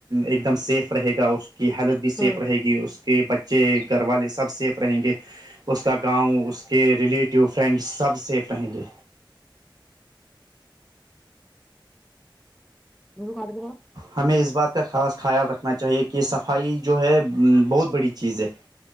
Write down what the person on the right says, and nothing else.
ایک دم سیف رہے گا اس کی ہیلتھ بھی سیف
رہے گی اس کے بچے گھر والے سب سیف رہیں گے اس کا گاؤں اس کے ریلیٹیو فرینڈس سب سیف رہیں گے
ہمیں اس بات کا خاص خیال رکھنا چاہیے کہ صفائی جو ہے بہت بڑی چیز ہے